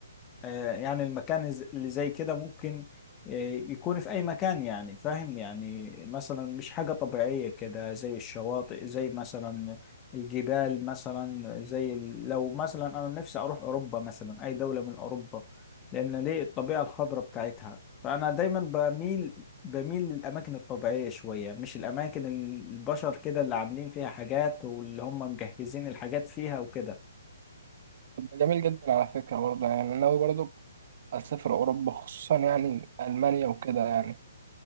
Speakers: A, on the left; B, on the right.
A: آه، يعني المكان الز- اللي زي كده ممكن آه، يكون في أي مكان يعني فاهم يعني مثلا مش حاجة طبيعية كده زي الشواطئ زي مثلا الجبال مثلا زي ال- لو مثلا أنا نفسي أروح أوروبا مثلا أي دولة من أوروبا لأن ليه الطبيعة الخضراء بتاعتها فأنا دايما بميل بميل للأماكن الطبيعية شوية مش الأماكن ال- البشر كده اللي عاملين فيها حاجات واللي هم مجهزين الحاجات فيها وكده
B: جميل جدا على فكرة برضه يعني أنا ناوي برضه أسافر أوروبا خصوصا يعني ألمانيا وكده يعني